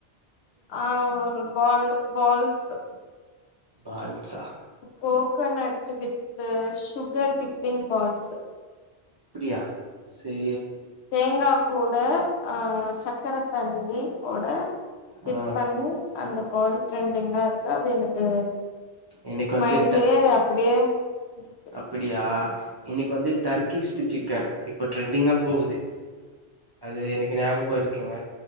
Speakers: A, on the left; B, on the right.
A: ஆ ஒரு பால் பால்ஸ்சு
B: பால்சா
A: coconut with sugar dipping balls
B: அப்பிடியா சரி
A: தேங்கா கூட ஆ சக்கர தண்ணி ஓட டிப்
B: ஆ
A: பண்ணி அந்த பால் ட்ரெண்டிங்கா இருக்கு அது எனக்கு
B: எனக்கு வந்து
A: மைண்ட்லியே அப்படியே இருக்கு
B: அப்படியா இன்னைக்கு வந்து டர்கிஸ்ட்டு சிக்கன் இப்ப ட்ரெண்டிங்கா போகுது அது எனக்கு ஞாபக இருக்குங்க